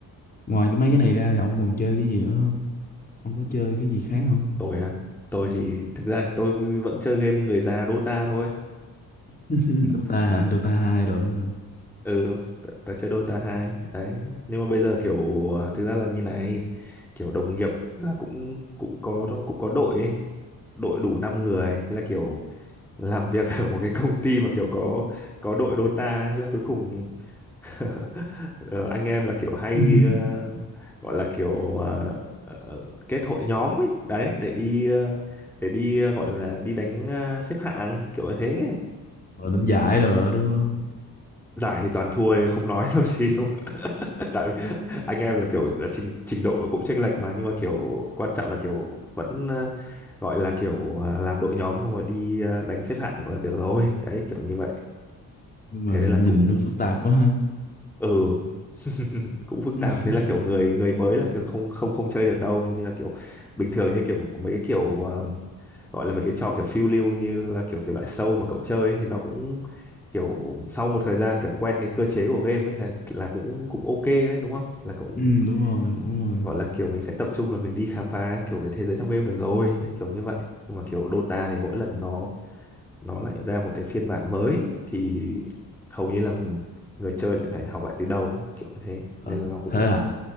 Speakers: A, on the left; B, in the centre.
A: ngoài cái mấy cái này ra thì ông còn chơi cái gì nữa không ông có chơi cái gì khác không
B: tôi à tôi thì thực ra thì tôi vẫn chơi game người già Dota thôi
A: <laughs> Dota
B: <laughs>
A: hả? Dota hai rồi đó hả?
B: ừ ta, ta chơi Dota 2 đấy nhưng mà bây giờ kiểu à, thực ra là như này kiểu đồng nghiệp là cũng cũng có cũng có đội ấy đội đủ 5 người thế là kiểu làm việc ở một cái công ty mà kiểu có có đội Dota hay là cuối cùng <laughs> ờ, anh em là kiểu hay
A: <laughs>
B: ờ, gọi là kiểu ờ, ờ, kết hội nhóm ấy đấy để đi ờ, để đi ờ, gọi là đi đánh ờ, xếp hạng kiểu như thế
A: rồi đánh giải rồi đó, đúng không
B: giải thì toàn thua không nói <laughs> làm gì đúng không? <laughs> tại anh em là kiểu là trình trình độ cũng chênh lệch mà nhưng mà kiểu quan trọng là kiểu vẫn ờ, gọi là kiểu ờ, làm đội nhóm xong rồi đi ờ, đánh xếp hạng là được rồi đấy kiểu như vậy
A: nhưng mà
B: thế nên là
A: nhìn
B: cũng
A: nó phức tạp quá ha
B: ừ <laughs> cũng phức
A: <laughs>
B: tạp nên là kiểu người người mới là thường không không không chơi được đâu như là kiểu bình thường như kiểu mấy cái kiểu ờ, gọi là mấy cái trò kiểu phiêu lưu như là kiểu thể loại sâu mà cậu chơi ấy, thì nó cũng kiểu sau một thời gian kiểu quen cái cơ chế của game ấy là là cũng cũng ok đấy đúng không là cũng
A: ừ, đúng rồi đúng rồi
B: gọi là kiểu mình sẽ tập trung là mình đi khám phá kiểu cái thế giới trong game được rồi đấy, kiểu như vậy nhưng mà kiểu Dota thì mỗi lần nó nó lại ra một cái phiên bản mới thì hầu như là người chơi lại phải học lại từ đầu kiểu như thế
A: Ờ,
B: nên là nó cũng
A: thế à